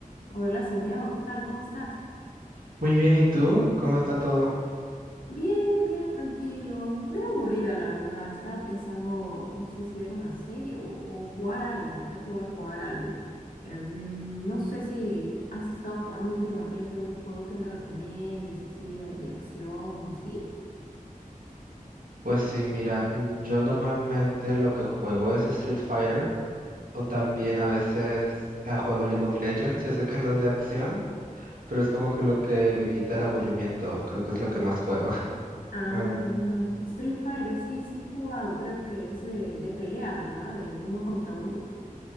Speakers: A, on the left; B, on the right.
A: Hola Santiago, ¿qué tal? ¿Cómo estás?
B: Muy bien, ¿y tú? ¿Cómo está todo?
A: Bien, bien, tranquilo. Me aburrida, la verdad. Estaba pensando, no sé si ver una serie o, o jugar algo. Creo que voy a jugar algo. Eh, mm, no sé si has estado jugando últimamente algún juego que me recomiendes, así de, de acción, así.
B: Pues sí, mira, mm, yo normalmente lo que juego es Street Fighter o también a veces ah, juego League of Legends. Yo sé que no es de acción, pero es como que lo que me quita el aburrimiento. Creo que es lo que más juego. <laughs>
A: Ah,
B: Ah,
A: ya. Street Fighter, sí, sí he jugado. Creo que es de, de peleas, ¿verdad? De uno contra uno.